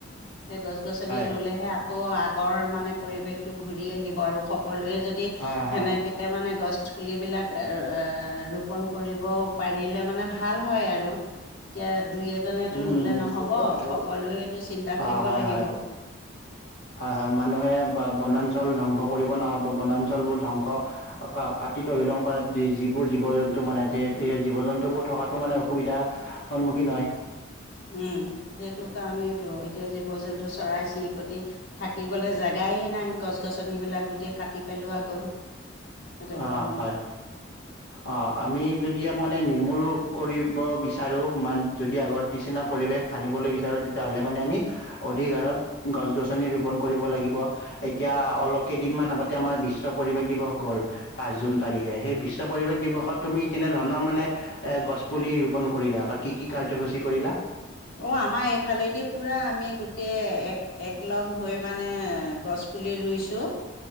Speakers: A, on the left (about 75°); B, on the left (about 55°).
A: সেই গছ -গছনি
B: হয়
A: ৰুলেহে আকৌ আগৰ মানে পৰিৱেশটো ঘূৰি আহিব আৰু সকলোৱে যদি
B: অ হয়
A: সেনেকে মানে গছ পুলিবিলাক এহ এহ ৰোপন কৰিব পাৰিলে মানে ভাল হয়, আৰু কিয় দুই এজনতো
B: উম
A: ৰুলে
B: উম নিশ্চয়কৈ
A: ন'হব।
B: আৰু
A: সকলোৱেটো চিন্তা কৰিব
B: অ হয়
A: লাগিব।
B: হয় হয়, হয় মানুহে বনাঞ্চল ধ্বংস কৰিব ন'হব বনাঞ্চলবোৰ ধ্বংস কাটি তহিলং কৰাত যিবোৰ জীৱ জন্তু মানে যে, জীৱ জন্তুবোৰ থকাতো মানে অসুবিধা সন্মুখীন হয়।
A: উম, সেইটো কাৰণেইটো এতিয়া জীৱ জন্তু, চৰাই চিৰিকটি থাকিবলৈ জেগায় নাই, গছ গছনিবিলাক গোটেই কাটি পেলোৱা গ'ল। সেইটো কাৰণে
B: অ', হয়, অ', আমি যদি আকৌ। মানে নিৰ্মূল কৰিব বিচাৰোঁ মানে যদি আগৰ নিচিনা পৰিৱেশ আনিবলৈ বিচাৰোঁ, তেতিয়াহ'লে মানে আমি অধিক হাৰত গছ গছনি ৰোপণ কৰিব লাগিব, এতিয়া অলপ কেইদিনমান আগতে আমাৰ বিশ্ব পৰিৱেশ দিৱস গ'ল। পাঁচ জুন তাৰিখে সেই বিশ্ব পৰিৱেশ দিৱসত। তুমি কেনে ধৰণৰ মানে এ গছ পুলি ৰোপন কৰিলা? বা কি কি কাৰ্যসূচী কৰিলা?
A: অ', আমাৰ এইফালেদি পুৰা আমি গোটেই এক এক লগ হৈ মানে গছ পুলি ৰুইছো।